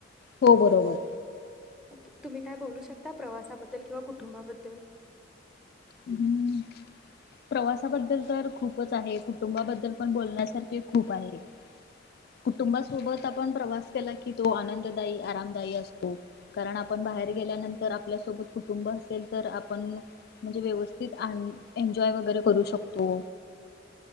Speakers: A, on the left (about 55°); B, in the centre.
A: हो, बरोबर.
B: ओके तुम्ही काय बोलू शकता प्रवासाबद्दल किंवा कुटुंबाबद्दल?
A: हम्म प्रवासाबद्दल तर खूपच आहे, कुटुंबाबद्दल पण बोलण्यासारखे खूप आहे. कुटुंबासोबत आपण प्रवास केला की, तो आनंददायी, आरामदायी असतो. कारण आपण बाहेर गेल्यानंतर आपल्यासोबत कुटुंब असेल, तर आपण म्हणजे व्यवस्थित आ एन्जॉय वगैरे करू शकतो.